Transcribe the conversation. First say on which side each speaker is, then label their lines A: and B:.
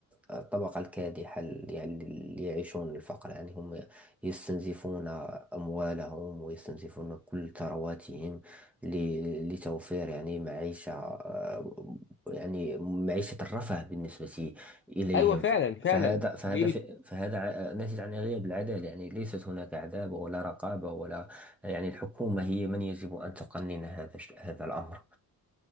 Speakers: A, in the centre; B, on the left.
A: الطبقة الكادحة اللي يعني اللي يعيشون الفقر يعني هم يستنزفون أموالهم ويستنزفون كل ثرواتهم ل- لتوفير يعني معيشة آه، يعني معيشة الرفاه بالنسبة إليهم
B: أيوه فعلا
A: ف-
B: فعلا
A: فهذا فهذا
B: ليلة
A: ف- فهذا ع- ناتج عن غياب العدالة يعني ليست هناك عدالة ولا رقابة ولا يعني الحكومة هي من يجب أن تقنن هذا الش- هذا الأمر